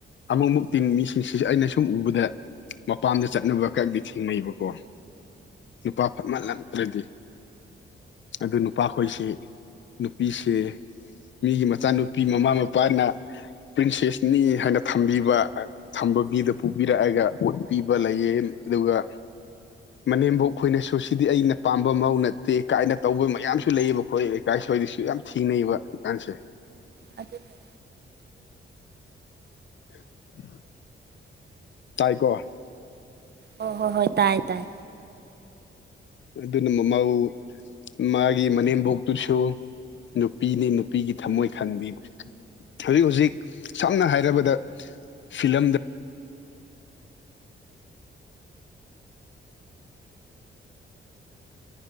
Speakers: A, on the left (about 60°); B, on the right (about 50°).
A: ꯑꯃꯨꯛ ꯃꯨꯛ ꯇꯤꯡ ꯃꯤꯁꯤꯡꯁꯤꯁꯨ ꯑꯩꯅ ꯁꯨꯝ ꯎꯕꯗ ꯃꯄꯥꯝꯗ ꯆꯠꯂꯨꯕ ꯈꯛꯇꯗꯤ ꯊꯦꯡꯅꯩꯑꯕꯀꯣ꯫ ꯅꯨꯄꯥ ꯐꯠꯃꯜꯂꯛꯇ꯭ꯔꯗꯤ ꯑꯗꯨ ꯅꯨꯄꯥꯈꯣꯏꯁꯤ꯫ ꯅꯨꯄꯤꯁꯦ ꯃꯤꯒꯤ ꯃꯆꯥꯅꯨꯄꯤ ꯃꯃꯥ ꯃꯄꯥꯅ꯫ ꯄ꯭ꯔꯤꯟꯁꯦꯁꯅꯤ ꯍꯥꯏꯅ ꯊꯝꯕꯤꯕ꯫ ꯊꯝꯕ ꯃꯤꯗ ꯄꯨꯕꯤꯔꯛꯑꯒ ꯑꯣꯠꯄꯤꯕ ꯂꯩꯌꯦ ꯑꯗꯨꯒ꯫ ꯃꯅꯦꯝꯕꯣꯛ ꯈꯣꯏꯅꯁꯨ ꯁꯤꯗꯤ ꯑꯩꯅ ꯄꯥꯝꯕ ꯃꯧ ꯅꯠꯇꯦ ꯀꯥꯏꯅ ꯇꯧꯕ ꯃꯌꯥꯝꯁꯨ ꯂꯩꯌꯦꯕ ꯈꯣꯏ ꯂꯩ꯫ ꯏꯀꯥꯏ ꯁꯣꯏꯗꯁꯨ ꯌꯥꯝ ꯊꯤꯅꯩꯕꯀꯥꯟꯁꯦ꯫
B: ꯑꯗꯨꯅ꯫
A: ꯎ꯫ ꯇꯥꯏꯀꯣ
B: ꯍꯣꯏ ꯍꯣꯏ ꯍꯣꯏ ꯇꯥꯏ ꯇꯥꯏ
A: ꯑꯗꯨꯅ ꯃꯃꯧ ꯃꯥꯒꯤ ꯃꯅꯦꯝꯕꯣꯛꯇꯨꯁꯨ ꯅꯨꯄꯤꯅꯤ ꯅꯨꯄꯤꯒꯤ ꯊꯝꯃꯣꯏ ꯈꯟꯕꯤ ꯍꯧꯖꯤꯛ ꯍꯧꯖꯤꯛ ꯁꯝꯅ ꯍꯥꯏꯔꯕꯗ ꯐꯤꯂꯝꯗ